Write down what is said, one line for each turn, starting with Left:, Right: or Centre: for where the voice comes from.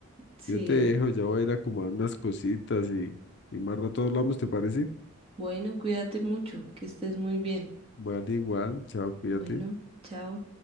Right: Sí,
Left: Yo te dejo,
Right: eh.
Left: ya voy a ir a acomodar unas cositas y, y más rato hablamos, ¿te parece?
Right: bueno, cuídate mucho, que estés muy bien.
Left: Vale, igual. Chao, cuídate.
Right: Bueno, chao.